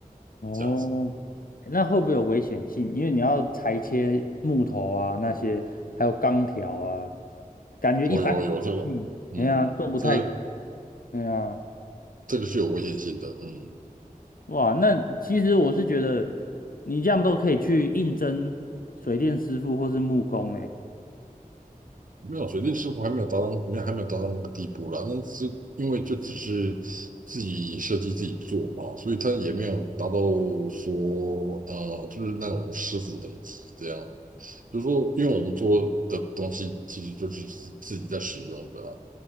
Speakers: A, on the left; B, on the right.
A: 哦，
B: 这样子。
A: 那会不会有危险性？因为你要裁切木头啊，那些还有钢条啊，感觉一般的嗯，
B: 哦，有有这个，嗯嗯，
A: 哎呀，做不太，
B: 这个
A: 哎呀，
B: 这个是有危险性的，嗯。
A: 哇，那其实我是觉得你这样都可以去应征水电师傅或是木工、欸，
B: 没有水电师傅还没有达到，没有还没有达到那个地步啦。那是因为就只是自己设计自己做嘛，所以他也没有达到说呃，就是那种师傅等级这样。就是说，因为我们做的东西其实就是自自己在使用的啦。